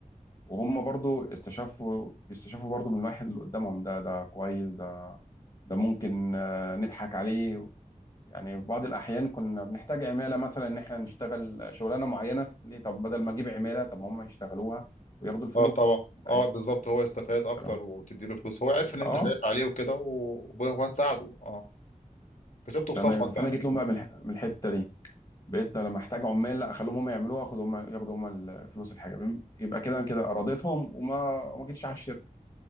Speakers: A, on the left (about 35°); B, on the left (about 65°).
A: وهم برضو استشفوا يستشفوا برضو من الواحد اللي قدامهم ده ده كويس ده ده ممكن آه، نضحك عليه يعني في بعض الاحيان كنا بنحتاج عماله مثلا ان احنا نشتغل شغلانه معينه ليه طب بدل ما اجيب عماله طب ما هم يشتغلوها وياخدوا الفلوس
B: اه طبعا
A: بتاعتها
B: اه بالظبط هو استفاد اكتر
A: تمام
B: وتدي له فلوس هو عارف ان انت
A: اه
B: خايف عليه وكده و- وهتساعده اه كسبته في
A: تمام
B: صفك
A: فانا
B: يعني
A: جيت لهم بقى من الح- من الحته دي بقيت لما احتاج عمال لا اخليهم هم يعملوها واخدوا هم ياخدوا هم الفلوس الحاجه تمام يبقى كده أنا كده ارادتهم وما ما جيتش على الشركه